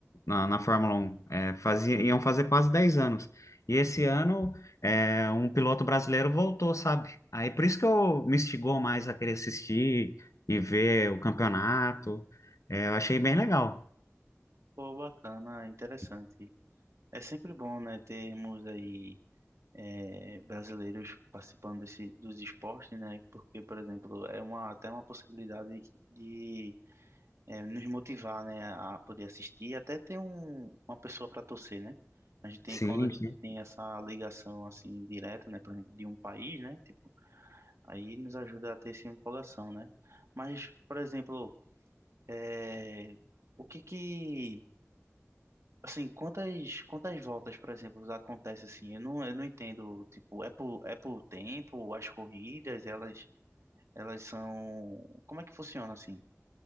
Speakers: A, on the left (about 75°); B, on the right (about 65°).
A: na, na Fórmula Um É, fazia, iam fazer quase 10 anos. E esse ano é, um piloto brasileiro voltou, sabe? Aí por isso que eu me instigou mais a querer assistir e ver o campeonato. É, eu achei bem legal.
B: Pô, bacana, interessante. É sempre bom, né, termos aí é, brasileiros participando desse, dos esportes, né? Porque, por exemplo, é uma, até uma possibilidade de é, nos motivar, né, a poder assistir, e até ter um, uma pessoa para torcer, né? A gente tem,
A: Sim,
B: quando a gente
A: sim.
B: tem essa ligação, assim, direta, né, por exemplo, de um país, né? tipo Aí nos ajuda a ter essa empolgação, né? Mas, por exemplo, é, o que que, assim, quantas quantas voltas, por exemplo, acontece assim? Eu não, eu não entendo, tipo, é por, é por tempo, as corridas, elas elas são, como é que funciona assim?